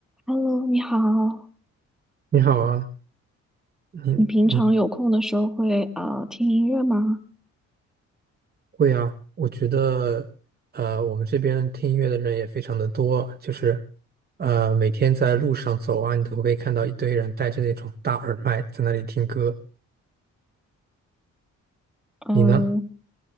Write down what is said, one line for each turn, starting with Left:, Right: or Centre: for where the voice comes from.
Centre: Hello，你好，
Right: 你好啊，你你
Centre: 你平常有空的时候会呃听音乐吗？
Right: 会啊？我觉得，呃，我们这边听音乐的人也非常的多，就是，呃，每天在路上走啊，你都会看到一堆人戴着那种大耳麦在那里听歌。
Centre: 嗯，
Right: 你呢？